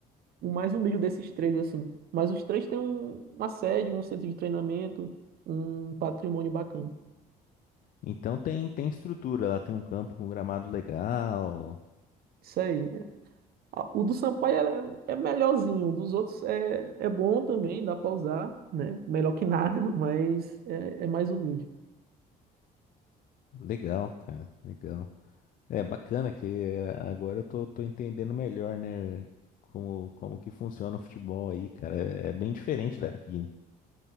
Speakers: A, on the right; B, on the left.
A: o mais humilde desses três, assim. Mas os três têm um- uma sede, um centro de treinamento, um patrimônio bacana.
B: Então tem, tem estrutura lá, tem um campo com gramado legal.
A: Isso aí. A- O do Sampaio é, é melhorzinho, o dos outros é, é bom também, dá pra usar, né? Melhor que nada, <laughs> mas é, é mais humilde.
B: Legal, cara, legal. É bacana que eh, agora eu tô, tô entendendo melhor, né? Como, como que funciona o futebol aí, cara. É, é bem diferente É. daqui, né?